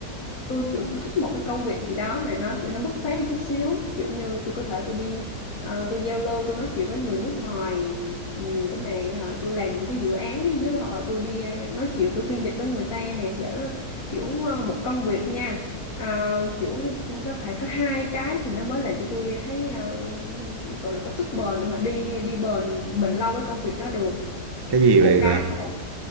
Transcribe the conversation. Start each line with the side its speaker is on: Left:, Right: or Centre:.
Left: tôi kiểu thích một cái công việc gì đó mà nó kiểu nó bứt phá hơn chút xíu kiểu như tôi có thể tôi đi ờ, tôi giao lưu tôi nói chuyện với người nước ngoài nhiều để mà hả, tôi làm những cái dự án với hoặc là tôi đi ờ, nói chuyện tôi phiên dịch với người ta nè để kiểu ờ, một công việc nha Ờ, kiểu nó phải có hai cái thì nó mới làm cho tôi thấy ờ, gọi là có sức bền để mà đi đi bền bền lâu với công việc đó được
Right: cái gì
Left: một
Right: vậy
Left: cái
Right: bà
Left: là